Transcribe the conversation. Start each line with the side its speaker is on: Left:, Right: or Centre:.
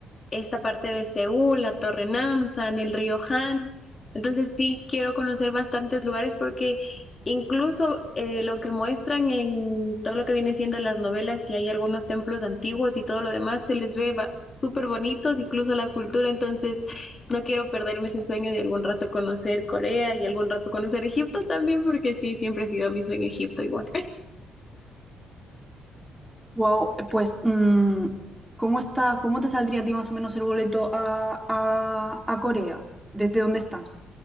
Left: esta parte de Seúl, la Torre Namsan, el río Han. Entonces sí quiero conocer bastantes lugares porque incluso eh, lo que muestran en todo lo que viene siendo las novelas, y hay algunos templos antiguos y todo lo demás, se les ve ba- súper bonitos, incluso la cultura. Entonces no quiero perderme ese sueño de algún rato conocer Corea y algún rato conocer Egipto también, porque sí, siempre ha sido mi sueño Egipto igual.
Centre: wow, pues mm, ¿cómo está, cómo te saldría a ti más o menos el boleto a, a- a Corea? ¿Desde dónde estás?